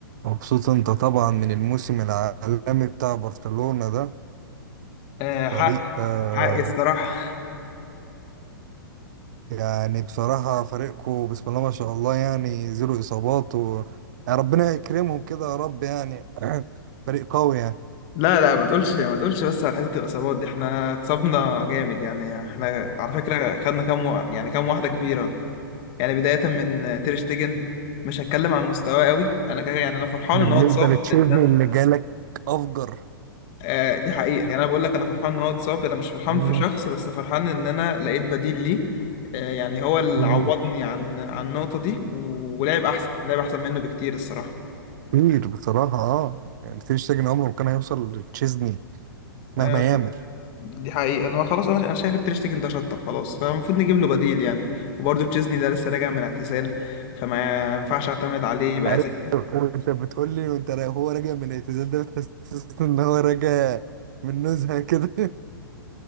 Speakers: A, on the right; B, on the left.
A: مبسوط انت طبعا من الموسم العالمي بتاع برشلونة ده
B: آه حقي
A: فريق آه
B: حقي الصراحة
A: يعني بصراحة فريقكم بسم الله ما شاء الله يعني زيرو إصابات و... يعني ربنا يكرمهم كده يا رب يعني <clears throat> فريق قوي يعني
B: لا لا ما تقولش ما تقولش بس على حتة الإصابات دي احنا اتصابنا جامد يعني احنا على فكرة خدنا كام و... يعني كام واحدة كبيرة يعني بداية من تير شتيجن مش هتكلم عن مستواه قوي انا كده يعني انا فرحان
A: بالنسبة
B: ان هو اتصاب
A: لتشيزني
B: لان انا
A: اللي جالك أفجر
B: آه دي حقيقة يعني انا بقول لك انا فرحان ان هو اتصاب انا مش فرحان
A: مم.
B: في شخص بس فرحان ان انا لقيت بديل ليه آه يعني هو اللي
A: مم.
B: عوضني عن عن النقطة دي و- ولعب احسن لعب احسن منه بكتير الصراحة
A: كتير بصراحة اه يعني تير شتيجن عمره ما كان هيوصل لتشيزني
B: آه،
A: مهما يعمل
B: دي حقيقة ان هو خلاص انا انا شايف التير شتيجن ده شطب خلاص فالمفروض نجيب له بديل يعني وبرضه تشيزني ده لسه راجع من اعتزال فما ينفعش اعتمد عليه يبقى
A: عارف
B: اساسي
A: وانت بتقول لي وانت را- هو راجع من الاعتزال ده بتحسسني ان هو راجع من نزهه كده <laughs>